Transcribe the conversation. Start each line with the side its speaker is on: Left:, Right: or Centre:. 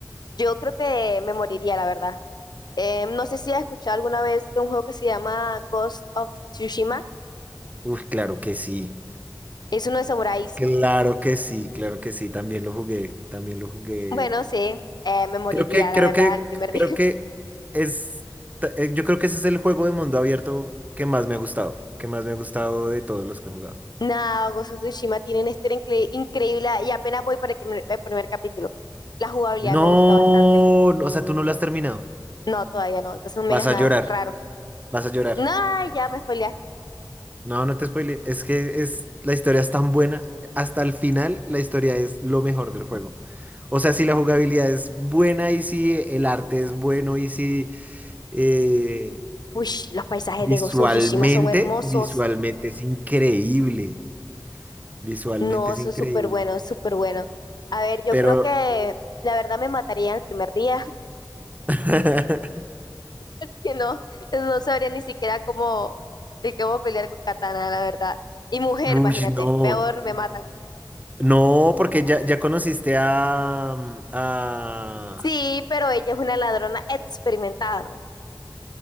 Left: yo creo que me moriría, la verdad. Eh, no sé si has escuchado alguna vez de un juego que se llama Ghost of Tsushima.
Right: Uy, claro que sí.
Left: Es uno de samuráis.
Right: Claro que sí, claro que sí. También lo jugué. También lo jugué
Left: Bueno, sí, eh, me moriría,
Right: Creo que, creo
Left: la verdad,
Right: que,
Left: el primer
Right: creo
Left: <laughs> día.
Right: que es, ta- eh, yo creo que ese es el juego de mundo abierto que más me ha gustado, que más me ha gustado de todos los que he jugado.
Left: Nada, Ghost of Tsushima tiene una historia incre- increíble y apenas voy por el, primer el primer capítulo. La jugabilidad
Right: No,
Left: me gusta bastante.
Right: no, o sea, tú no lo has terminado.
Left: No, todavía no. Entonces no me
Right: Vas
Left: digas
Right: a
Left: nada
Right: llorar,
Left: raro.
Right: vas a llorar.
Left: No, ya me spoileaste.
Right: No, no te spoile, es que es, la historia es tan buena, hasta el final la historia es lo mejor del juego. O sea, si la jugabilidad es buena y si el arte es bueno y si eh,
Left: Uy, los paisajes
Right: visualmente,
Left: de Ghost of Tsushima son hermosos.
Right: visualmente es increíble. Visualmente
Left: No,
Right: es
Left: son
Right: increíble.
Left: súper buenos, súper buenos. A ver, yo
Right: Pero,
Left: creo que la verdad me mataría el primer día,
Right: <laughs>
Left: <laughs> que no, no sabría ni siquiera cómo, el cómo pelear con Katana, la verdad. Y mujer,
Right: uy,
Left: imagínate,
Right: no.
Left: peor me matan.
Right: No, porque ya, ya conociste a, mm, a-
Left: Sí, pero ella es una ladrona experimentada, ¿no?